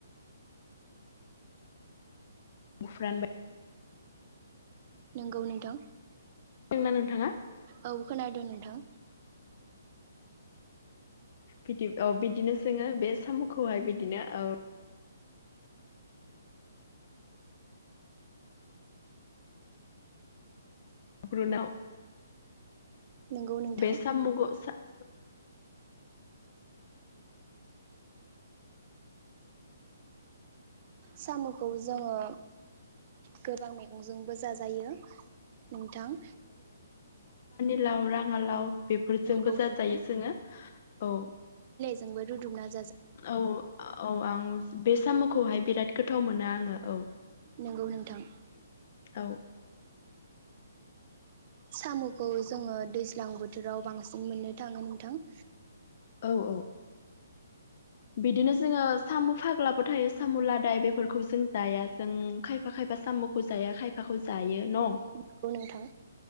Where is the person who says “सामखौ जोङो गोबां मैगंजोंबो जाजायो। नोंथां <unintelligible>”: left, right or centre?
Right